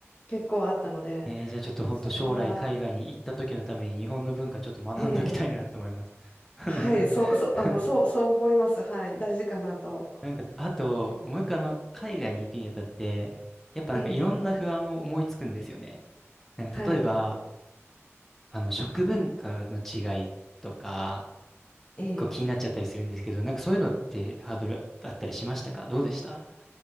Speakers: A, on the left (about 30°); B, in the centre.
A: 結構あったので
B: えー、じゃあちょっと本当将来海外に行った時のために日本の文化ちょっと学んどきたいなって思います。
A: そこは、ええ
B: <laughs>
A: はいそう、そう、あのそう、そう思います。はい、大事かなと。
B: なんか、あと、もう一個あの、海外に行くにあたって、やっぱなんかいろんな不安を思いつくんですよね。
A: ええ
B: なんか例えば、
A: はい、
B: あの、食文化の違いとか、
A: ええ
B: こう気になっちゃったりするんですけど、なんかそういうのってハードルあったりしましたかどうでした